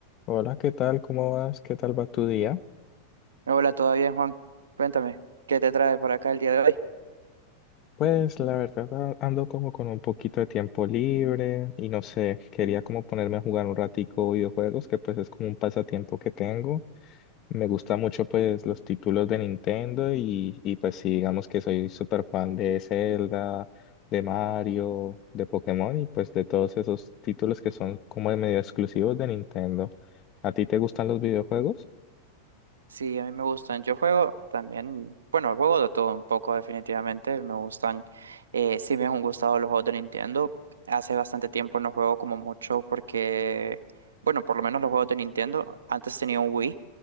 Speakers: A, on the left; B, on the right.
A: Hola, ¿qué tal? ¿Cómo vas? ¿Qué tal va tu día?
B: Hola, ¿todo bien, Juan? Cuéntame, ¿qué te trae por acá el día de hoy?
A: Pues la verdad a- ando como con un poquito de tiempo libre y no sé, quería como ponerme a jugar un ratico videojuegos, que pues es como un pasatiempo que tengo. Me gusta mucho pues los títulos de Nintendo y, y pues sí, digamos que soy súper fan de Zelda, de Mario, de Pokémon y pues de todos esos títulos que son como de medio exclusivos de Nintendo. ¿A ti te gustan los videojuegos?
B: Sí, a mí me gustan. Yo juego también, bueno, juego de todo un poco definitivamente. Me gustan, eh, sí me han gustado los juegos de Nintendo. Hace bastante tiempo no juego como mucho porque, bueno, por lo menos los juegos de Nintendo. Antes tenía un Wii,